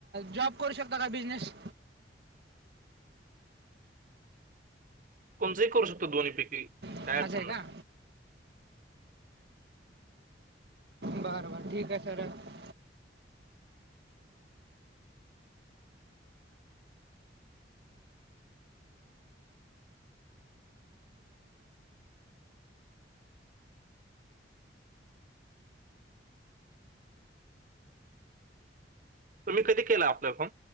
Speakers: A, on the right; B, on the right.
A: जॉब करू शकता का? बिझनेस,
B: कोणचंही करू शकतो, दोन्ही पैकी
A: असं
B: काय अडचण
A: आहे का
B: नाही.
A: बर बर, ठीक आहे सर.
B: तुम्ही कधी केला, आपलं फोन,